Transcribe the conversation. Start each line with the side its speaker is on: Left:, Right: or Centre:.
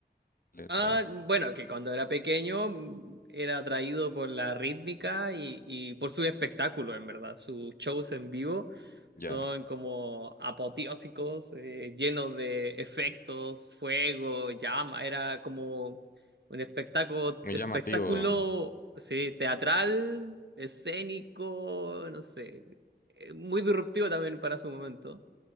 Left: letra?
Right: Ah, bueno, que cuando era pequeño mm, era atraído por la rítmica y, y por su espectáculo, en verdad. Sus shows en vivo son
Left: Ya,
Right: como apoteósicos, eh, llenos de efectos, fuego, llama. Era como un espectáculo,
Left: muy
Right: espectáculo,
Left: llamativo.
Right: sí, teatral, escénico, no sé, eh, muy disruptivo también para su momento.